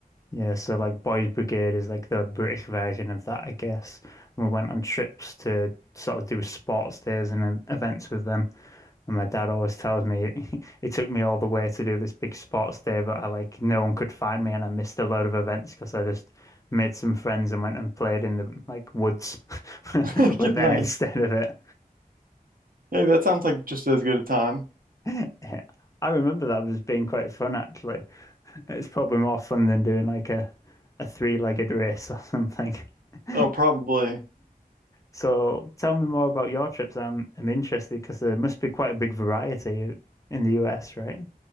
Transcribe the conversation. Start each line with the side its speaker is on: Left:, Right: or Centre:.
Left: Yeah, so like Boys Brigade is like the British version of that, I guess. And we went on trips to sort of do sports days and uh, events with them. And my dad always tells me <laughs> it took me all the way to do this big sports day, but I like no one could find me and I missed a load of events because I just made some friends and went and played in the like woods <laughs>
Right: <laughs>
Left: with
Right: Good,
Left: them
Right: nice.
Left: instead of it.
Right: Hey, that sounds like just as good a time.
Left: <laughs> I remember that was being quite fun, actually. It's probably more fun than doing like a, a three-legged race or something. <laughs>
Right: Oh, probably.
Left: So tell me more about your trips. I'm I'm interested because there must be quite a big variety in the US, right?